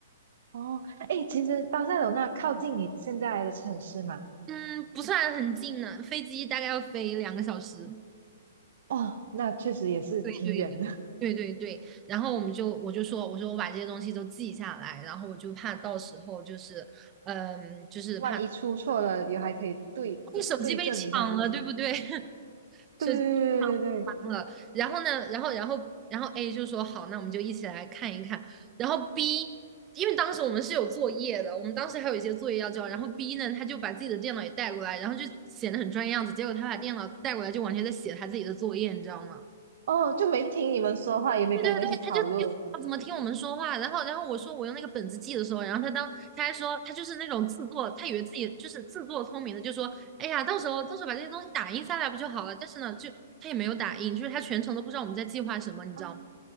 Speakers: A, on the right; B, on the right.
A: 哦，哎，其实巴塞罗那靠近你现在的城市嘛。
B: 嗯，不算很近呢，飞机大概要飞两个小时。
A: 哦，那确实也是挺远的，
B: 对对对对对，然后我们就我就说我说我把这些东西都记下来，然后我就怕到时候就是嗯就是怕
A: <laughs> 万一出错了，也还可以对对对症一下，
B: 你手机被抢了，
A: 是不是？
B: 对不对？<laughs>
A: 对
B: 手机
A: 对对对，
B: 抢了，然后呢，然后然后然后 A 就说好，那我们就一起来看一看。然后 B，因为当时我们是有作业的，我们当时还有一些作业要交。然后 B 呢，他就把自己的电脑也带过来，然后就显得很专业样子。结果他把电脑带过来，就完全在写他自己的作业，你知道吗？
A: 哦，就没听你们说话，也没跟你们一起讨论。
B: 对对对，他就他怎么听我们说话，然后然后我说我用那个本子记的时候，然后他当他还说他就是那种自作，他以为自己就是自作聪明的，就说哎呀，到时候到时候把这些东西打印下来不就好了？但是呢，就他也没有打印，就是他全程都不知道我们在计划什么，你知道吗？
A: 啊，